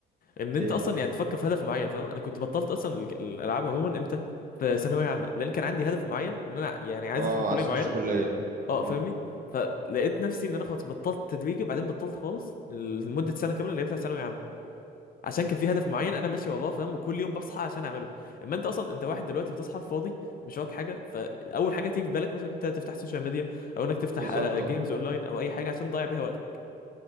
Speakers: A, on the left (about 45°); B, on the right (about 45°).
A: ان انت
B: ايه
A: اصلا يعني تفكر في هدف معين فاهم انا كنت بطلت اصلا الج- الالعاب عموما امتى في ثانويه عامه لان كان عندي هدف معين ان انا يعني عايز
B: اه
A: ادخل كليه
B: عايز تخش
A: معينه
B: كليه
A: اه
B: امم
A: فاهمني فلقيت نفسي ان انا خلاص بطلت تدريجي وبعدين بطلت خالص لمده سنه كامله اللي هي بتاع ثانويه عامه عشان كان في هدف معين انا ماشي وراه فاهم وكل يوم بصحى عشان اعمله اما انت اصلا انت واحد دلوقتي بتصحى فاضي مش وراك حاجه فاول حاجه تيجي في بالك مثلا انت تفتح سوشيال ميديا او انك تفتح
B: بالظبط
A: على
B: اه
A: جيمز اونلاين او اي حاجه عشان تضيع بيها وقتك